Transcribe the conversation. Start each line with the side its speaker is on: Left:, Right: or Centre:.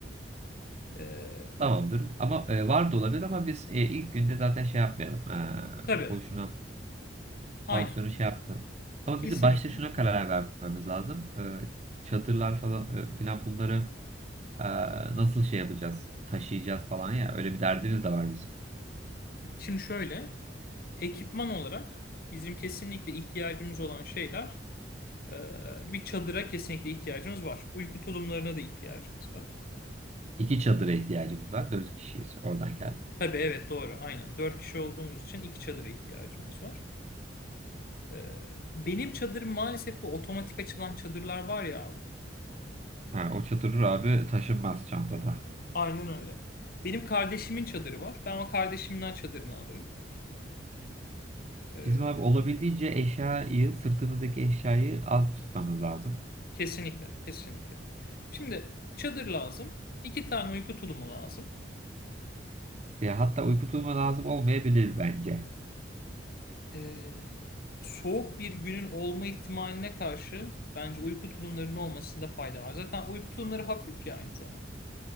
Left: Ee,
Right: Tamamdır. Ama e, var da olabilir ama biz e, ilk günde zaten şey yapmayalım. E,
Left: tabii,
Right: boşuna
Left: aynen.
Right: pansiyonu şey yapmayalım. Ama
Left: Kesinlikle.
Right: bizi başta şuna karar vermemiz lazım. E, çadırlar falan e, filan bunları e, nasıl şey yapacağız? Taşıyacağız falan ya. Öyle bir derdimiz de var bizim.
Left: Şimdi şöyle, ekipman olarak bizim kesinlikle ihtiyacımız olan şeyler Ee, bir çadıra kesinlikle ihtiyacımız var. Uyku tulumlarına da ihtiyacımız var.
Right: İki çadıra ihtiyacımız var. Dört kişiyiz oradan gel.
Left: Tabii evet doğru aynen. Dört kişi olduğumuz için iki çadıra ihtiyacımız var. Ee, benim çadırım maalesef bu otomatik açılan çadırlar var ya abi.
Right: Ha, o çadır abi taşınmaz çantada.
Left: Aynen öyle. Benim kardeşimin çadırı var. Ben o kardeşimden çadırını alırım. Ee,
Right: Bizim abi olabildiğince eşyayı, sırtımızdaki eşyayı az tutmamız lazım.
Left: kesinlikle kesinlikle. Şimdi çadır lazım. İki tane uyku tulumu lazım.
Right: Ya hatta uyku tulumu lazım olmayabilir bence.
Left: e, soğuk bir günün olma ihtimaline karşı bence uyku tulumlarının olmasında fayda var. Zaten uyku tulumları hafif ya aynı zamanda.